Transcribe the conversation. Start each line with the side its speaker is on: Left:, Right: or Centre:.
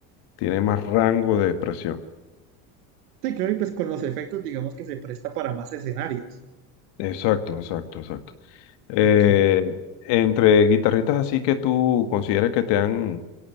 Left: tiene más rango de expresión.
Right: Sí, claro, y pues con los efectos, digamos que se presta para más escenarios.
Left: Exacto, exacto, exacto. Eh,
Right: Ok.
Left: entre guitarristas así que tú consideres que te han,